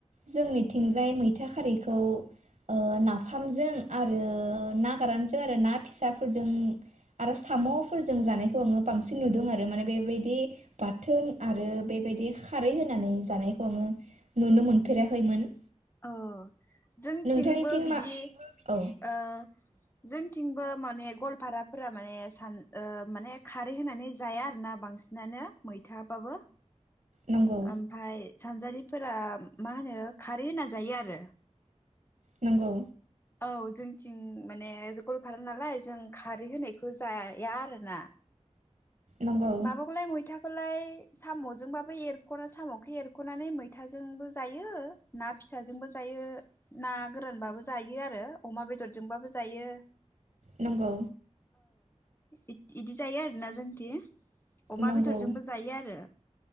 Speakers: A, on the right; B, on the left.
A: जोंनिथिंजाय मैथा खारैखौ ओह नाफामजों आरो ना गोरानजों आरो ना फिसाफोरजों आरो साम'फोरजों जानायखौ आङो बांसिन नुदों आरो माने बेबायदि बाथोन आरो बेबायदि खारै होनानै जानायखौ आङो नुनो मोनफेराखैमोन।
B: अ जोंथिंबो
A: नोंथांनिथिं
B: बिदि
A: मा औ
B: ओह जों थिंबो माने गलपाराफोरा माने सान माने खारै होनानै जाया आरोना बांसिनानो मै थां बाबो
A: नंगौ
B: ओमफाय सानजारिफोरा मा होनो खार देना जायो आरो।
A: नोंगौ।
B: औ जोंथिं माने गवालपारा नालाय जों खारै होनायखौ जाया आरोना।
A: नंगौ
B: माबाखौलाय मैथा खौलाय साम'जोंबाबो एरख'नो साम'खौ एरख'नानै मैथाजोंबो जायो ना फिसाजोंबो जायो ना गोरानबाबो जायो आरो अमा बेदरजोंबाबो जायो।
A: नंगौ।
B: इद- इदि जायो आरो ना जोंथि। अमा
A: नंगौ
B: बेदरजोंबो जायो आरो